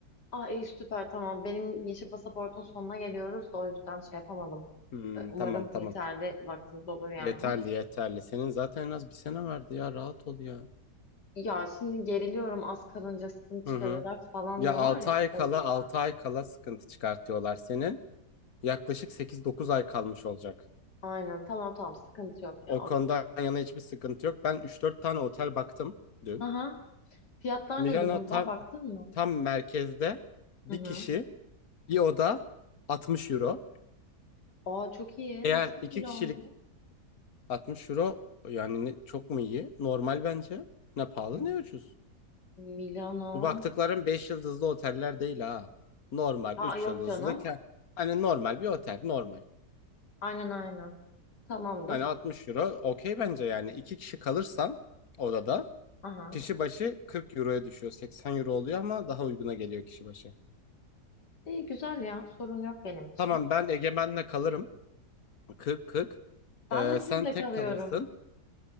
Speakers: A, on the left (about 85°); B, on the left (about 60°).
A: Ah iyi süper tamam. Benim yeşil pasaportun sonuna geliyoruz da o yüzden şey yapamadım.
B: Hmm,
A: Ee, Umarım
B: tamam tamam.
A: yeterli vaktimiz olur yani.
B: Yeterli yeterli. Senin zaten en az bir sene vardı ya. Rahat ol ya.
A: Ya şimdi geriliyorum az kalınca sıkıntı
B: Hı
A: çıkarıyorlar
B: hı.
A: falan
B: Ya
A: diyorlar
B: 6
A: ya
B: ay kala
A: o yüzden.
B: 6 ay kala sıkıntı çıkartıyorlar senin. Yaklaşık sekiz dokuz ay kalmış olacak.
A: Aynen tamam tamam sıkıntı yok ya
B: O konudan
A: okey.
B: yana hiçbir sıkıntı yok. Ben üç dört tane otel baktım dün.
A: Aha. Fiyatlar
B: Milano
A: ne durumda?
B: tam
A: Baktın mı?
B: tam merkezde bir
A: Hı hı.
B: kişi bir oda 60 euro.
A: Aa çok iyi.
B: Eğer
A: Nasıl
B: iki
A: böyle
B: kişilik
A: oldu?
B: 60 euro yani ne- çok mu iyi? Normal bence. Ne pahalı
A: M-
B: ne ucuz.
A: Milano.
B: Bu baktıkların 5 yıldızlı oteller değil ha. Normal
A: Ha
B: 3
A: yok
B: yıldızlı.
A: canım.
B: ke- Hani normal bir otel normal.
A: Aynen aynen. Tamamdır.
B: Hani 60 euro okey bence yani. iki kişi kalırsan odada
A: Aha.
B: kişi başı 40 euroya düşüyor. 80 euro oluyor ama daha uyguna geliyor kişi başı.
A: İyi güzel ya. Sorun yok benim için.
B: Tamam ben Egemen'le kalırım. 40-40.
A: Ben
B: Ee,
A: de sizle
B: sen tek
A: kalıyorum.
B: kalırsın.